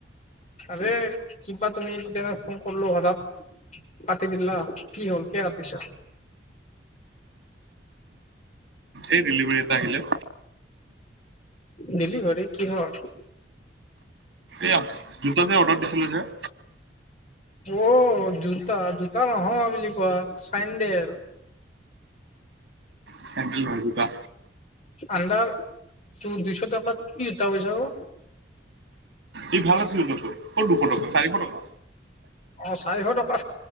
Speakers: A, on the left (about 40°); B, on the right (about 80°).
A: আৰে কিবা তুমি তেতিয়া ফোন কৰলো হঠাৎ কাটি দিলা কি হ'ল কিয় কাটিছ
B: এই ডেলিভাৰী এটা আহিলে
A: ডেলিভাৰি কিহৰ
B: এয়া জোতা যে অৰ্ডাৰ কৰিছিলো যে
A: অ জোতা জোতা নহয় বুলি কোৱা চেইনদেল
B: চেনডেল নহয় জোতা
A: আনডাৰ তোৰ দুইশ টকাত কি জোতা পাইছা ও
B: এ ভাল আছিল জোতা যোৰ কত দুশ টকা চাৰিশ টকা
A: অ চাৰিশ টকা